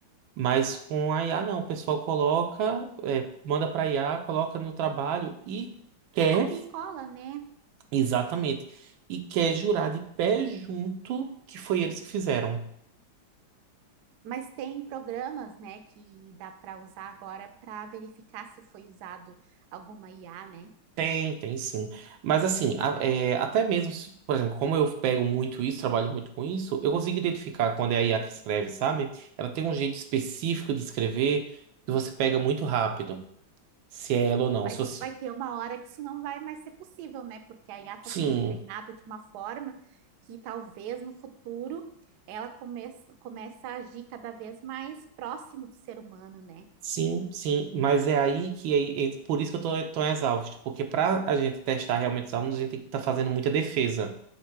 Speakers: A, on the right (about 85°); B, on the right (about 70°).
A: Mas com a IA não, o pessoal coloca, é, manda pra IA, coloca no trabalho e quer,
B: só copia e cola, né?
A: exatamente, e quer jurar de pé junto que foi eles que fizeram.
B: Mas tem programas, né, que dá para usar agora para verificar se foi usado alguma IA, né?
A: Tem, tem sim. Mas assim, a- é, até mesmo, se- por exemplo, como eu pego muito isso, trabalho muito com isso, eu consigo identificar quando é a IA que escreve, sabe? Ela tem um jeito específico de escrever que você pega muito rápido, se é ela ou não.
B: Mas
A: Se você...
B: vai ter uma hora que isso não vai mais ser possível, né? Porque a IA está
A: Sim,
B: sendo treinada de uma forma que talvez no futuro ela começa, começa a agir cada vez mais próximo do ser humano, né?
A: sim, sim. Mas é aí que é, é por isso que eu tô tão exausto, porque pra a gente testar realmente os alunos, a gente tem que estar fazendo muita defesa.